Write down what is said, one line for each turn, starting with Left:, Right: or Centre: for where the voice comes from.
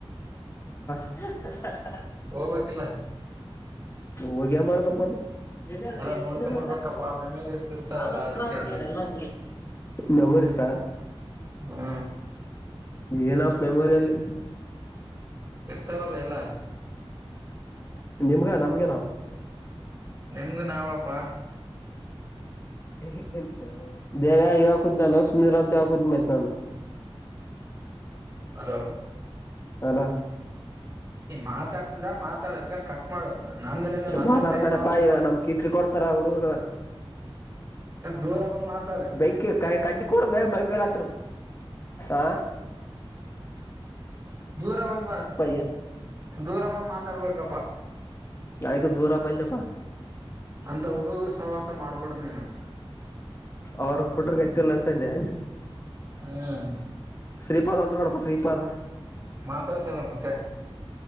Left: ಹ
Right: ಹೋಗ್ಬೇಕಕ್ಿಲ್ಲ
Left: ಹೋಗ್ಯ ಮಾಡದಪ್ಪ ಅಲ್ಲ ಬೆ ಅದ
Right: ಎಲ್ಲ
Left: ಎಷ್ಟ್
Right: ನೋಡ್ಕೊಂಡ್
Left: ಕಲೋಮೀಟರ್
Right: ಬರ್ಬೇಕಪ್ಪಾ
Left: ಆಯತು ನೋ
Right: ಮೆಮರೀಸ್ ಇರ್ತಾವಲ್ಲ
Left: ಯಾವ್ದ್ ಹತ್ರ
Right: ಅದಕ್ಕೆ
Left: ಆಯತತ್
Right: ಅಂದೆ
Left: ನೋಡ್ರ ಎಲ್ಲ ಕ್ಲ ನೆನಪುಗಳು ಆಹ್
Right: ಹ್ಮ್
Left: ಏನಪ್ಪ ಮೆಮೊರಿಯಲ್ಲಿ
Right: ಇರ್ತವಲ್ಲ ಎಲ್ಲ
Left: ನಿಮ್ಗ ನಮ್ಗೆೇನಾ
Right: ನಿಮ್ದು ನಾವಪಾ
Left: ಕ ಕೊಂತ <inaudible> ದೇವ ಇವಾಗ ಕುೂುದ ನಾನು ಸುಮ್ನಿರು ಅಂತ ಇ ಕುೂುದ ಮಾಡ್ತ ನಾನು
Right: ಹಲೋ
Left: ಅಲ
Right: ಮಾತಾಡ್ತಿದ್ರ ಮಾತಾಡ ಎಲ್ಕಂಗ ಕಟ್ ಮಾಡು ನಂದನಿಂದ ನಂದನ್
Left: ಮಾತಾಡ್ತಾಡಪ್ಪಾ
Right: ಟೈಮ್ ಹಾಳ್ ಮಾಡ್ಬೇಡ
Left: ಇ ನಮ ಕಿರಿಕಿರಿ ಕೊಡ್ತಾರ ಹುಡುಗರು
Right: ದೂರ ಬಂದ್ ಮಾತಾಡ
Left: ಬೆಂಕಿ ಕಡ್ಡಿ ಕೊೂಡ ಮೇ ಮೈ ಮೇಲೆ ಆ
Right: ಧುರ ಬಂದು
Left: ಏನ್
Right: ಧುರ ಬಂದು ಮಾತಾಡ್ಬೇಕಪ್ಪಾ
Left: ಯಗ ದೂರ ಬನ್ನಪ್ಪಾ
Right: ಅಂತ ಹುಡುಗರು ಸವಾಸ ಮಾಡ್ಬೇಡ್ದ್ ನೀನು
Left: ಅವರು ಪುಟರ್ಗೆೈತ್ತ ಲಂ ಚಂದೆ
Right: ಹ್ಮ್
Left: ಶ್ರೀಪಾದ್ ಉಂಟರಡಪ್ಪಾ ಶ್ರೀಪಾದ
Right: ಮಾತಾಡ್ಸಲ ಮತ್ತೆ